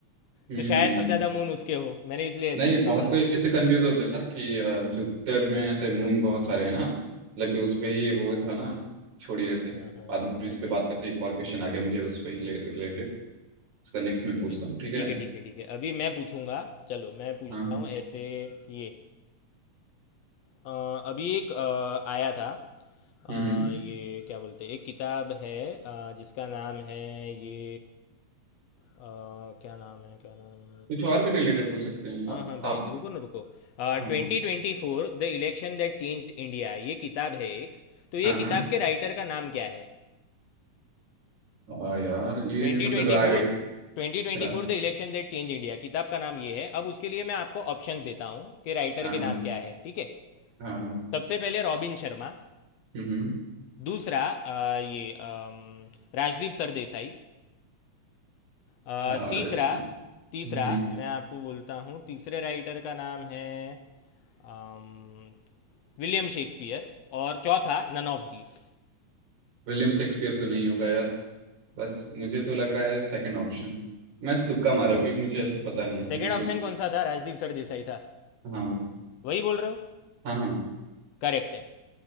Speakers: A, on the right; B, on the left.
A: हम्म
B: तो शायद
A: हम्म।
B: सबसे ज़्यादा मून उसके हो मैंने इसलिए ऐसे
A: नहीं
B: तुक्का
A: बहुत
B: मारा
A: कोई ऐसे कंफ्यूज होते हैं यार कि
B: हम्म,
A: अ, जुपिटर में ऐसे मून बहुत सारे हैं ना मतलब
B: हम्म,
A: कि उस पे ही वो था ना छोड़िए ऐसे
B: हाँ, हाँ,
A: बाद में इस
B: अच्छा
A: पे बात करते हैं एक और क्वेश्चन आ गया मुझे उस पे ही
B: हम्म,
A: रिलेटेड उसका नेक्स्ट
B: Okay
A: मैं पूछता
B: okay
A: हूँ ठीक है
B: ठीक है ठीक है ठीक है अभी मैं पूछूंगा चलो मैं पूछता
A: हाँ हम्म
B: हूँ ऐसे ये अ, अभी एक अ, आया था अ,
A: हम्म।
B: ये क्या बोलते हैं एक किताब है अ, जिसका नाम है ये अ, क्या नाम है क्या नाम
A: कुछ और भी रिलेटेड पूछ सकते हैं
B: हाँ
A: आप
B: हाँ भाई
A: आप
B: रुको ना रुको
A: हाँ
B: Twenty twenty four the election that changed India ये किताब है एक तो ये
A: हाँ हाँ
B: किताब के राइटर का नाम क्या है
A: हाँ यार ये
B: Twenty
A: मतलब
B: twenty
A: राइट
B: four Twenty twenty
A: रा,
B: four the election that change India किताब का नाम ये है अब उसके लिए मैं आपको ऑप्शंस देता हूँ कि राइटर
A: हाँ
B: के
A: हाँ
B: नाम क्या है ठीक है
A: हाँ हाँ
B: सबसे पहले रॉबिन शर्मा
A: हम्म हम्म।
B: दूसरा अ, ये अम, राजदीप सरदेसाई अ,
A: यार
B: तीसरा
A: इसमें
B: तीसरा
A: हम्म
B: मैं आपको बोलता हूँ तीसरे राइटर का नाम है अम, विलियम शेक्सपियर और चौथा none of these
A: विलियम शेक्सपियर तो नहीं होगा यार बस मुझे तो लग रहा है सेकंड ऑप्शन मैं तुक्का मारा हूं, क्योंकि मुझे ऐसे पता नहीं है इसमें
B: Second option
A: कुछ
B: कौन सा था राजदीप सरदेसाई था
A: हाँ
B: वही बोल रहे हो
A: हाँ हाँ
B: करेक्ट है